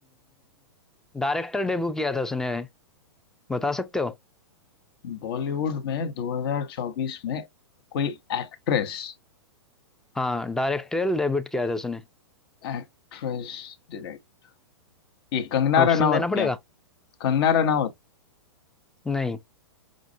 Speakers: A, in the centre; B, on the left (about 55°).
A: डायरेक्टर डेब्यू किया था उसने बता सकते हो
B: बॉलीवुड में 2024 में कोई एक्ट्रेस
A: हाँ डायरेक्टोरियल डेब्यू किया था उसने
B: एक्ट्रेस डायरेक्ट ये कंगना
A: ऑप्शन
B: रनावत
A: देना पड़ेगा
B: क्या कंगना रनावत
A: नहीं